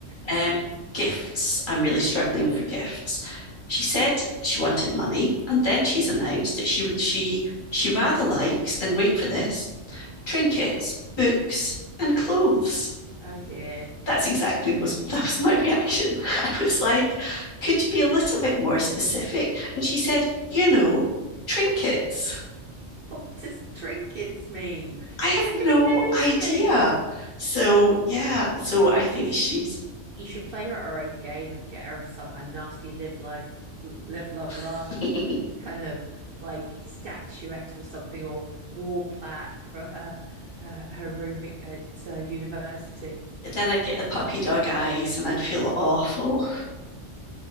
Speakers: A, on the left; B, on the right.
A: Um, gifts. I'm really struggling for gifts. She said she wanted money, and then she's announced that she would she she rather likes and wait for this trinkets, books, and clothes
B: Oh dear. <laughs>
A: that's exactly was <laughs> that was my reaction. I was like, could you be a little bit more specific? And she said, you know, trinkets.
B: What does trinkets mean?
A: I have
B: That
A: no
B: can mean anything.
A: idea. So yeah, so I think
B: You should
A: she's
B: You should play her our own game and get her a, so- a nasty live life, l- live, love, laugh
A: <laughs> but
B: kind of like statuette or something or wall plaque for her her, her room at at, uh, university.
A: then I'd get the puppy dog eyes and I'd feel awful.